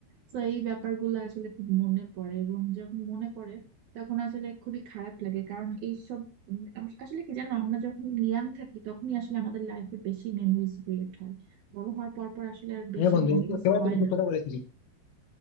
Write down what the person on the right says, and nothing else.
তো এই ব্যাপারগুলো আসলে খুব মনে পড়ে এবং যখন মনে পড়ে তখন আসলে খুবই খারাপ লাগে কারণ এইসব উম, আম- আসলে কি জানো আমরা যখন ইয়াং থাকি তখনই আসলে আমাদের লাইফে বেশি মেমোরিজ ক্রিয়েট হয় বড় হওয়ার পর পর আসলে আর বেশি
মেমোরিজ
হয়
না